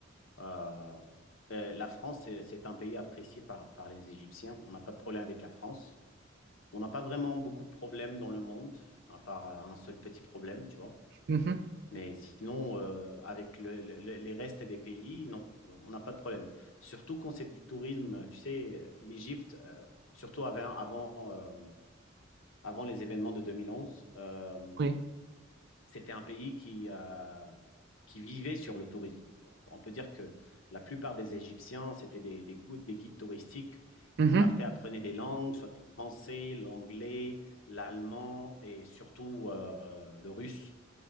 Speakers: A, on the left (about 75°); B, on the right (about 55°).
A: Euh, euh, la France, c'est c'est un pays apprécié par, par les Égyptiens. On n'a pas de problème avec la France. On n'a pas vraiment beaucoup de problèmes dans le monde, à part euh, un seul petit problème, tu vois.
B: Mhm.
A: Mais sinon, euh, avec le- le- le- les restes des pays, non, on n'a pas de problème. Surtout quand c'est du tourisme, tu sais, euh, l'Égypte, euh, surtout avant, avant, euh, avant les événements de 2011, euh,
B: Oui.
A: c'était un pays qui, euh, qui vivait sur le tourisme. quoi. On peut dire que la plupart des Égyptiens, c'était des, des, gou- des guides touristiques.
B: Mhm.
A: Ils partaient, apprenaient des langues, soit le français, l'anglais, l'allemand et surtout euh, le russe